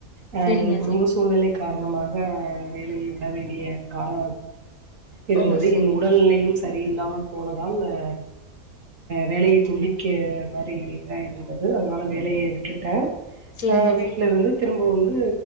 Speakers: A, on the right (about 65°); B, on the left (about 85°).
A: ஆ
B: செரிங்க
A: என் குடும்ப
B: செரிங்க
A: சூழ்நிலை காரணமாக வேலையை விட வேண்டிய கார இருந்தது
B: ஓ செ
A: என் உடல்நிலையும் சரியில்லாமல் போனதால் அ வேலையை துண்டிக்க மாரி ஆகி இருந்தது அதனால வேலையை விட்டுட்ட
B: செரிங்க
A: ஆ வீட்லருந்து
B: செரிங்க
A: திரும்ப வந்து